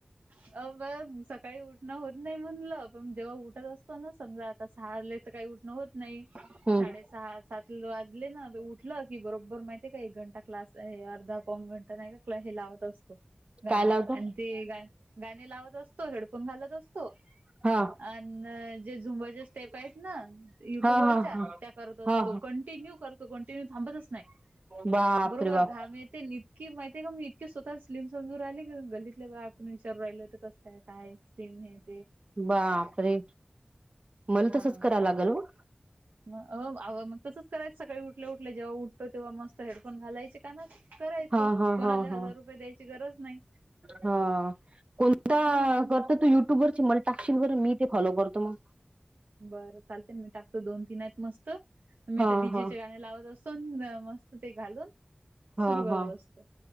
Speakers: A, on the right (about 85°); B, on the right (about 40°).
A: अ.. ब, सकाळी उठणं होत नाही म्हणलं, पण जेव्हा उठत असतो ना, समजा आता साहारले. सकाळी काही उठणं होत नाही
B: हम्म
A: साडे सहा, सात वाजले ना, उठलं की बरोबर माहितीय का, एक घंटा क्लास आहे, अर्धा-पाऊण घंटा. तर नाही का, क्ल हे लावत असतो गाणी,
B: काय लावतो
A: अन ते गा गाणी लावत असतो हेडफोन घालत असतो
B: हा
A: अन जे झुंबाचे स्टेप आहेत ना युट्यूब
B: हा
A: वरच्या
B: हा हा
A: त्या करत असतो,
B: हा
A: कंटिन्यू करतो, कंटिन्यू थांबतचं नाही.
B: बापरे
A: बरोबर,
B: बाप
A: घाम येतेन इत की माहिती आहे का मी इतकी स्वतः स्लिम समजू राहिली की गल्लीतल्या बाया पण विचारू राहिलं होतं कसं तर काहीच स्कीम हेत.
B: बापरे! मला
A: हा
B: तसचं करा लागलं मग.
A: मग अवा मग तसंच करायच सकाळी उठल्या उठल्या जेव्हा उ ठतो. तेव्हा मस्त हेडफोन घालायचे कानात करायच,
B: हा हा
A: कोणाला
B: हा हा
A: हजार रुपये द्यायची गरज नाही.
B: हा कोणता? हा
A: हम्म
B: करते तू युट्युब वरची मल टाकशिल व मी ते फॉलो करतो मग
A: बरं चालतय मी टाकतो, दोन तीन हायेत मस्त मी
B: हा
A: तर डीजे
B: हा
A: चे गाणे लावत अस सुंदर मस्त ते घालून
B: हा
A: सुरू करत
B: हा
A: असतो.